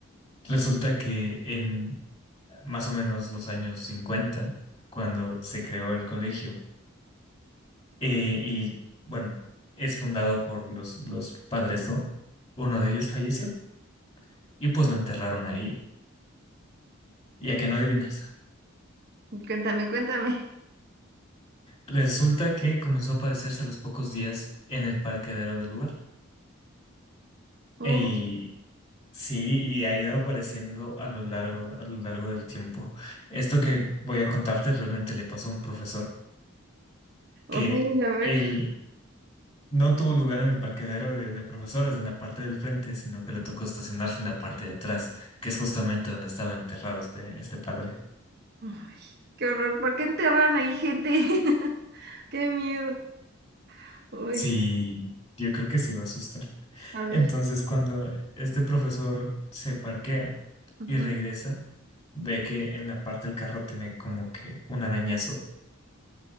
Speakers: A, on the left; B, on the right.
A: Resulta que en más o menos los años 50 cuando se creó el colegio, eh, y bueno, es fundado por los, los padres, ¿no? Uno de ellos falleció y pues lo enterraron ahí. Y a que no adivinas.
B: <laughs> Cuéntame, cuéntame.
A: Resulta que comenzó a aparecerse a los pocos días en el parqueadero del lugar.
B: Oh,
A: Y sí, y ha ido apareciendo a lo largo, a lo largo del tiempo. Esto que voy a contarte realmente le pasó a un profesor, que
B: ay, a ver.
A: él no tuvo lugar en el parqueadero de, de profesores en la parte del frente, sino que le tocó estacionarse en la parte de atrás, que es justamente donde estaba enterrado este, este padre.
B: Ay, qué horror, ¿por qué enterran ahí gente? <laughs> Qué miedo. Uy,
A: Sí, yo creo que sí va a asustar.
B: a ver.
A: Entonces, cuando este profesor se parquea
B: Ujú,
A: y regresa, ve que en la parte del carro tiene como que un arañazo.